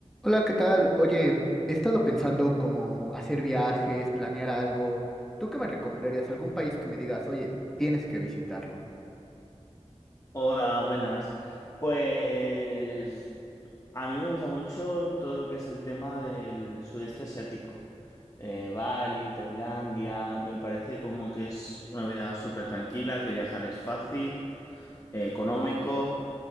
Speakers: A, in the centre; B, on the left (about 30°).
A: Hola, ¿qué tal? Oye, he estado pensando como hacer viajes, planear algo. ¿Tú qué me recomendarías? ¿Algún país que me digas, oye, tienes que visitarlo?
B: Hola, buenas. Pues a mí me gusta mucho todo lo que es el tema del sudeste asiático. Eh, Bali, Tailandia, me parece como que es una vida súper tranquila, que viajar es fácil, eh, económico,